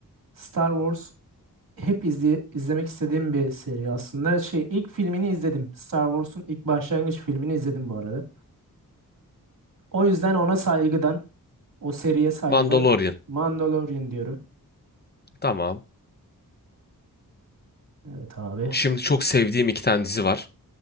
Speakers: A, on the right; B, on the left.
A: Star Wars hep izle izlemek istediğim bir seri aslında. Şey ilk filmini izledim. Star Wars'un ilk başlangıç filmini izledim bu arada. O yüzden ona saygıdan, o seriye saygıdan
B: Mandalorian.
A: Mandalorian diyorum.
B: Tamam.
A: Evet abi.
B: Şimdi çok sevdiğim iki tane dizi var.